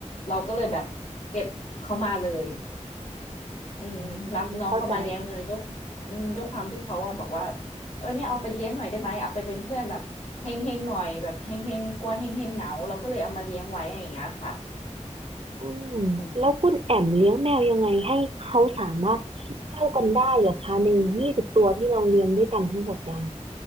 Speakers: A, on the left; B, on the right.
A: เราก็เลยแบบเก็บเขามาเลย
B: อ๋อ
A: อืมรับน้องเขามาเลี้ยงเลยด้วยอืมด้วยความที่เขาอะบอกว่า
B: อืมเข้าใจ
A: เออเนี่ยเอาไปเลี้ยงหน่อยได้ไหมเอาไปเป็นเพื่อนแบบเฮงเฮงหน่อยแบบเฮงเฮงกลัวเฮงเฮงเหงาเราก็เลยเอามาเลี้ยงไว้อย่างเงี้ยค่ะ
B: อืมแล้วคุณแอมเลี้ยงแมวยังไงให้เขาสามารถเข้ากันได้เหรอคะในยี่สิบตัวที่เราเลี้ยงด้วยกันทั้งหมดเนี่ย
A: อืม